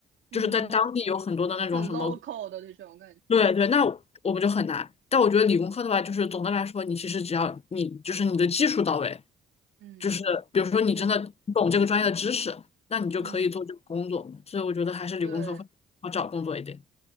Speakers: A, on the right; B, on the left.
A: 嗯，
B: 就是在当地有很多的那种什么，
A: 很 local 的这种感觉，
B: 对对，那我们就很难。但我觉得理工科的话，就是总的来说，你其实只要你就是你的技术到位，
A: 嗯，
B: 就是比如说你真的懂这个专业的知识，
A: 是，
B: 那你就可以做这个工作嘛。
A: 嗯，
B: 所以我觉得还是理工科会好找工作一点。
A: 对，